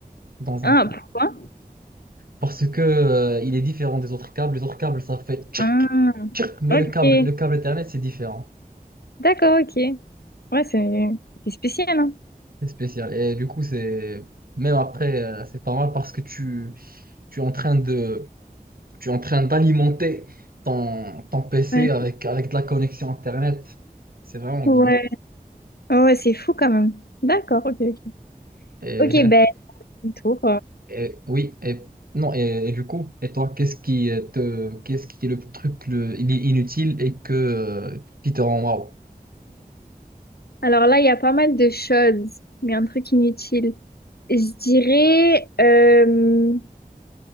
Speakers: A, on the right (about 70°); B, on the left (about 80°).
A: dans
B: Ah,
A: un port.
B: pourquoi?
A: Parce que, euh, il est différent des autres câbles. Les autres câbles, ça fait tchirk,
B: Ah,
A: tchirk, mais
B: ok.
A: le câble, le câble Ethernet, c'est différent.
B: D'accord, ok. Ouais, c'est c'est spécial, hein?
A: C'est spécial. Et du coup, c'est, même après, euh, c'est pas mal parce que tu, tu es en train de, tu es en train d'alimenter ton, ton PC
B: Ouais.
A: avec, avec de la connexion Internet. C'est vraiment
B: Ouais.
A: bien.
B: Ah Ouais, c'est fou quand même. D'accord, ok, ok.
A: Et
B: Ok, ben,
A: <laughs>
B: tour.
A: Et- oui, et non, et, et du coup, et toi, qu'est-ce qui euh, te, qu'est-ce qui est le truc le, il est inutile et que euh, qui te rend waouh?
B: Alors là, il y a pas mal de choses, mais un truc inutile. Je dirais... euh,